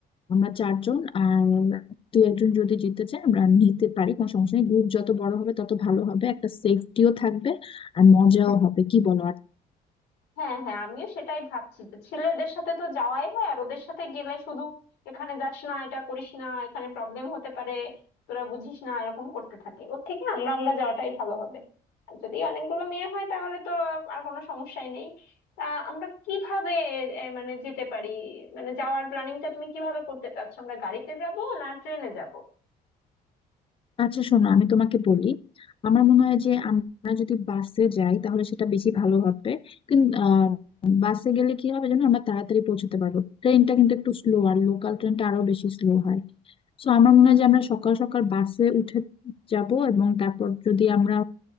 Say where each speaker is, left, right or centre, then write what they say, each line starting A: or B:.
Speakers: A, on the left; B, on the left.
A: আমরা চারজন আর তুই একজন যদি জিততে চায় আমরা নিতে পারি কোনো সমস্যা নেই গ্রুপ যত বড় হবে তত ভালো হবে একটা সেফটিও থাকবে আর মজাও
B: হ্যাঁ
A: হবে কি বলো
B: হ্যাঁ হ্যাঁ, আমিও সেটাই ভাবছি যে ছেলেদের সাথে তো যাওয়াই হয় আর ওদের সাথে গেলে শুধু এখানে যাস না এটা করিস না এখানে প্রবলেম হতে পারে তোরা বুঝিস না এরকম করতে থাকে ওর থেকে আমরা আমরা যাওয়াটাই ভালো হবে আর যদি অনেকগুলো মেয়ে হয় তাহলে তো আর কোনো সমস্যাই নেই তা আমরা কিভাবে এ, মানে যেতে পারি মানে যাওয়ার প্ল্যানিংটা তুমি কিভাবে করতে চাচ্ছ আমরা গাড়িতে যাব না ট্রেনে যাব
A: আচ্ছা শোনো আমি তোমাকে বলি আমার মনে হয় যে আমরা যদি বাসে যাই তাহলে সেটা বেশি ভালো হবে কিন্তু আহ, বাসে গেলে কি হবে জানো আমরা তাড়াতাড়ি পৌঁছতে পারবো ট্রেনটা কিন্তু একটু স্লো আর লোকাল ট্রেনটা আরো বেশি স্লো হয় সো আমার মনে হয় যে আমরা সকাল সকাল বাসে উঠে যাব এবং তারপর যদি আমরা